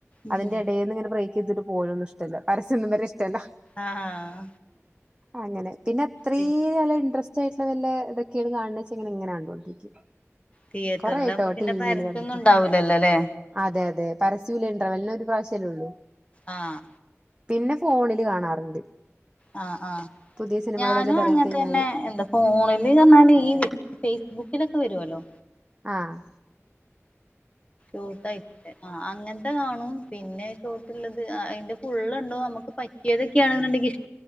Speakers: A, on the left; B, on the right.
A: ഉം
B: അതിന്റെ ഇടയിൽന്ന് ഇങ്ങനെ ബ്രേക്ക് ചെയ്തിട്ട് പോയോന്ന ഇ്ടല്ല പരസൊന്നും വരെ ഇഷ്ടമല്ല
A: ആഹ് ആഹ്
B: അങ്ങനെ പിന്നെ അത്ര
A: തി
B: നല്ല ഇൻട്രസ്റ്റ് ആയിട്ടുള്ള വല്ല ഇതൊക്കെയാണ് കാണ വെച്ചങ്ങനെ എങ്ങനെ കണ്ടോൊണ്ടിരിക്കും
A: തിയേറ്ററിലാവുമ്പോ
B: കൊറൊയിട്ടോ
A: പിന്നെ
B: ടി
A: പര
B: വിൽ കണ്ടിട്ട്
A: തൊന്നും ഉണ്ടാവൂലല്ലോല്ലേ
B: അതെ അതെ പരസ്യ ത്രവലിനെ ഒരു പ്രാവശ്യമേ ഉള്ളൂ
A: ആഹ
B: പിന്നെ ഫോണില് കാണാറുണ്ട്
A: ആഹ് ആഹ്
B: പുതിയ സിനിമകൾ
A: ഞാനും
B: ഏതേലും ഇറങ്ങി
A: അങ്ങനെ
B: കഴിഞ്ഞാല്
A: തന്നെ എന്താ ഫോണില് പറഞ്ഞാല് ഈ- ബുക്കിലൊക്കെ വരുവല്ലോ
B: ആഹ്
A: ായിട്ട <unintelligible> ആ അങ്ങനത്തെ കാണും പിന്നെ ഷോർട് ഉള്ളത് അതിന്റെ പിന്നെ ഫുള്ള് ഉണ്ടോ നമുക്ക് പറ്റിയതൊക്കെയാണെന്നുണ്ടെങ്കി ഇഷ്ടം